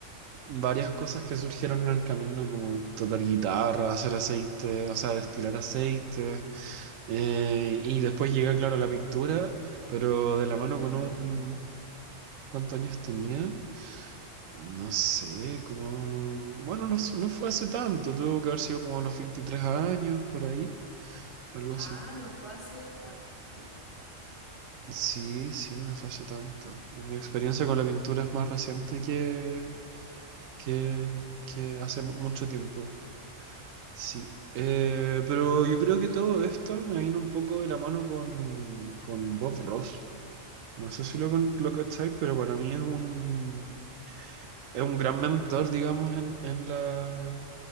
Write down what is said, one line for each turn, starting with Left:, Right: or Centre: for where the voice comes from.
Right: varias cosas que surgieron en el camino, como tocar guitarra, hacer aceite, o sea, destilar aceite. Eh, y después llega, claro, la pintura, pero
Left: ¿Pero
Right: de la
Left: cuántos
Right: mano
Left: años
Right: con un...
Left: tenías?
Right: ¿Cuántos años tenía? No sé, como... Bueno, no, s- no fue hace tanto, tuvo que haber sido como a los 23 años, por ahí, algo así.
Left: Ah, no fue hace tanto.
Right: Sí, sí, no fue hace tanto. Mi experiencia con la pintura es más reciente que, que, que hace mucho tiempo. Sí. Eh, pero yo creo que todo esto me vino un poco de la mano con, con Bob Ross. No sé si lo, con- lo cacháis, pero para mí es un, es un gran mentor, digamos, en, en la,